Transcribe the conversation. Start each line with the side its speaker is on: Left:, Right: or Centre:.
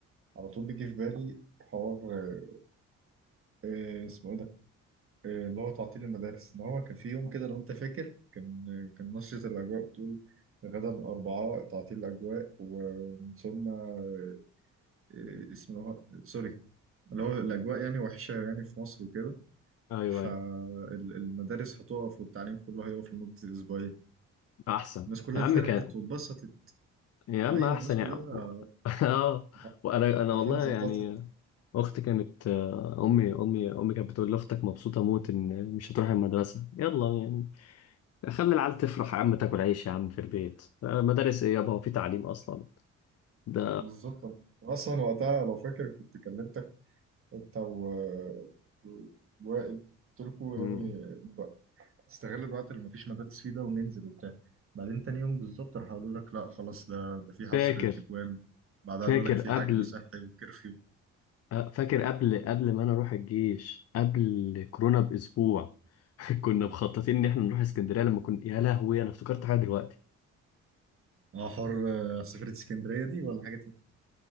Right: على طول بيجي في بالي حوار آه، اسمه ايه ده آه، اللي هو تعطيل المدارس ان هو كان في يوم كده لو انت فاكر كان آه، كان نشرة الاجواء بتقول غدا الاربعاء تعطيل الاجواء ومن ثم آه، آه، اسمه سوري اللي هو الاجواء يعني وحشة يعني في مصر وكده
Left: ايوه
Right: فالمدارس
Left: ايوه
Right: هتقف والتعليم كله هيقف لمدة اسبوعين
Left: احسن
Right: الناس كلها
Left: يا عم
Right: فرحت
Left: كان
Right: واتبسطت
Left: يا عم
Right: ايوه
Left: احسن
Right: الناس كلها
Left: يعني <laughs> اه
Right: آه،
Left: وانا انا
Right: حرفيا
Left: والله
Right: زقططت
Left: يعني اختي كانت آه، امي امي امي كانت بتقول لي اختك مبسوطه موت ان مش هتروح المدرسه يلا يعني خلي العيال تفرح يا عم تاكل عيش يا عم في البيت آه، مدارس ايه يابا هو في تعليم اصلا ده
Right: بالظبط أنا اصلا وقتها لو فاكر كنت كلمتك انت و- و- وائل قلت لكم
Left: مم.
Right: يعني نبقى نستغل الوقت اللي مفيش مدارس فيه ده وننزل وبتاع بعدين تاني يوم بالظبط راح قالوا لك لا خلاص ده ده في حظر
Left: فاكر
Right: تجوال بعدها
Left: فاكر
Right: قالوا لك في
Left: قبل
Right: حجر صحي وكرفيو
Left: آه، فاكر قبل قبل ما انا اروح الجيش قبل كورونا باسبوع <laughs> كنا مخططين ان احنا نروح اسكندريه لما كنا يا لهوي انا افتكرت حاجه دلوقتي
Right: اه حر آه، سفرة اسكندرية دي ولا حاجة تانية